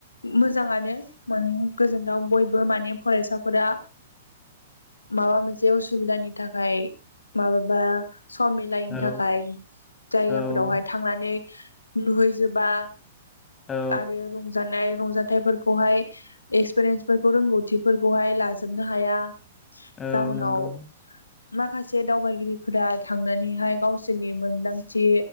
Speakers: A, on the left (about 80°); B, on the left (about 20°).
A: मोजाङानो माने गोजोनथाव बयबो माने फरायसाफोरा। माबा मोनसे असुबिदानि थाखाय माबाबा। सम मिलानि
B: औ
A: थाखाय जायगाफोरावहाय
B: औ
A: थांनानै नुहैजोबा।
B: औ
A: आरो रंजानाय। रंजाथाइफोरखौहाय एक्सपिरियेन्सफोरखौ रोंगौथिफोरखौहाय लाजोबनो हाया।
B: औ
A: जाउनाव
B: नोंगौ।
A: माखासे दावबायगिरिफोरा। थांनानैहाय गावसोरनि मोनदांथि